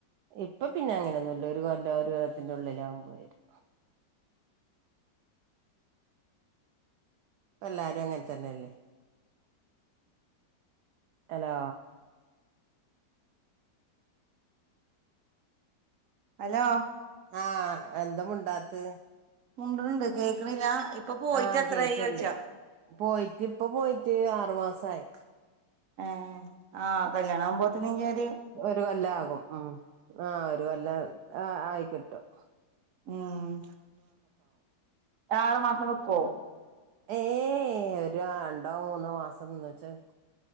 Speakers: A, on the right; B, on the right.
A: ഇപ്പൊ പിന്നെ അങ്ങനെയൊന്നുല്ല ഒരു കൊല്ലം ഒരു കൊല്ലത്തിൻ്റെ ഉള്ളില ആകുമ്പോ വരും എല്ലാരും അങ്ങനെ തന്നെല്ലേ ഹലോ
B: ഹലോ
A: ആഹഎന്താ മുണ്ടാത്ത്
B: മുണ്ട്ന്ണ്ട് കേക്കണില്ല ഇപ്പൊ പോയിട്ട്
A: ആകേക്കണ്ട്
B: എത്രായി ചോയിച്ചാ
A: പോയിട്ട് ഇപ്പ പോയിട്ട് ആറു മാസയി
B: ഏ ആകല്യാണ ആവുമ്പോതിൻ
A: ഒരു കൊല്ല ആകും ഉം ആ ഒരു കൊല്ലം ആ ആയി കിട്ടും
B: ഉം ആറു മാസം നിക്കുവോ
A: ഏ ഒരു രണ്ടോ മൂന്നോ മാസം നിന്നൂച്ചാ നി